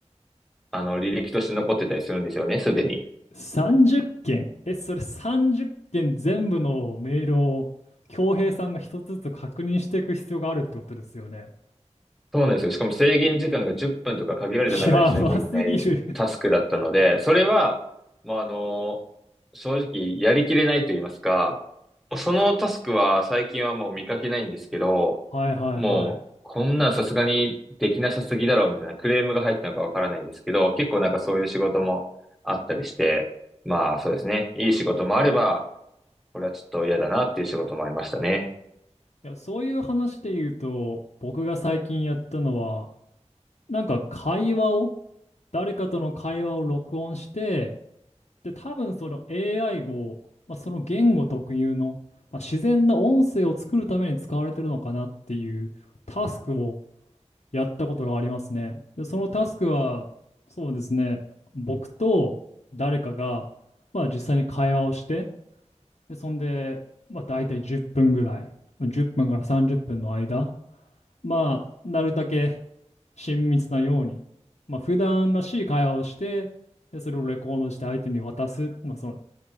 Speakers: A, in the centre; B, on the left.
A: あの、履歴として残ってたりするんですよね、すでに。
B: 30件。え、それ30件全部のメールを、恭平さんが一つずつ確認していく必要があるってことですよね。
A: そうなんですよ。しかも制限時間が10分とか限られた中でしなきゃいけないタスクだったので、
B: やばすぎる。
A: それは、もうあの、正直やりきれないと言いますか、そのタスクは最近はもう見かけないんですけど、
B: <laughs> はいはいはい。
A: もうこんなんさすがにできなさすぎだろうみたいなクレームが入ったのかわからないんですけど、結構なんかそういう仕事もあったりして、まあそうですね。いい仕事もあれば、これはちょっと嫌だなっていう仕事もありましたね。
B: いや、そういう話で言うと、僕が最近やったのは、なんか会話を、誰かとの会話を録音して、で、多分その AI を、まあ、その言語特有の、まあ、自然な音声を作るために使われてるのかなっていうタスクをやったことがありますね。で、そのタスクは、そうですね、僕と誰かが、まあ、実際に会話をして、で、そんで、まあ、大体10分ぐらい、10分から30分の間、まあ、なるだけ親密なように、まあ、普段らしい会話をして、で、それをレコードして相手に渡す。まあ、その、